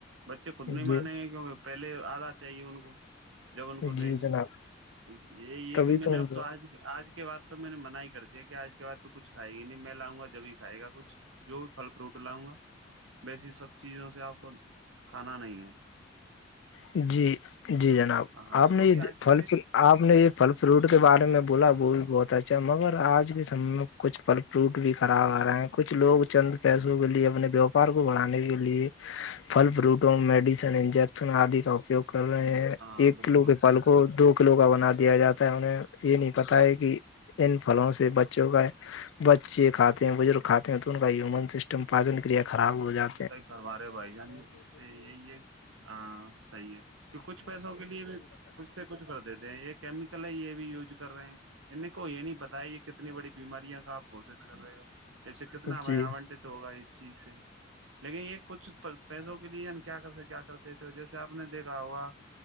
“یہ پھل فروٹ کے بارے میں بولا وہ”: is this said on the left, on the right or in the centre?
Left